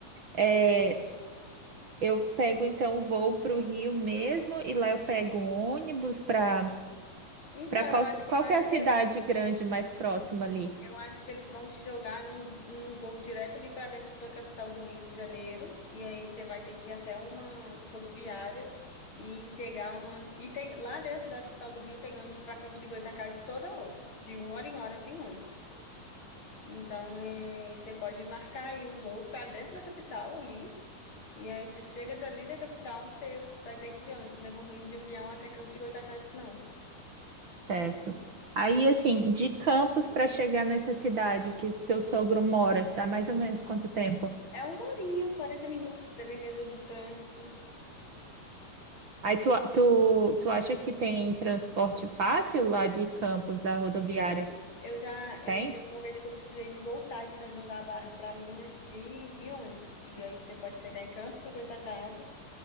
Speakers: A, on the right; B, on the left.
A: é, eu pego então o voo para o Rio mesmo e lá eu pego um ônibus para
B: Então,
A: para qual
B: eu acho que
A: qual
B: vai
A: que é a
B: ser.
A: cidade grande mais próxima ali?
B: Eu acho que eles vão te jogar num, num voo direto ali pra dentro da capital do Rio de Janeiro. E aí você vai ter que ir até uma rodoviária e pegar um. E tem lá dentro da capital do Rio tem ônibus pra Campos de Goytacazes toda hora. De uma hora em hora tem ônibus. Então é, você pode marcar aí um voo pra dentro da capital ali. E aí você chega dali da capital, você vai ter que ir de ônibus. Não tem como ir de avião até Campos de Goytacazes, não.
A: Certo. Aí, assim, de Campos para chegar nessa cidade que teu sogro mora, tá mais ou menos quanto tempo?
B: É uma horinha, 40 minutos, dependendo do trânsito.
A: Aí tu, tu, tu acha que tem transporte fácil lá de Campos, da rodoviária?
B: Eu já, eu
A: Tem?
B: teve uma vez que eu precisei de voltar de São João da Barra para Minas de, de ônibus. E aí você pode chegar em Campos do Goytacazes,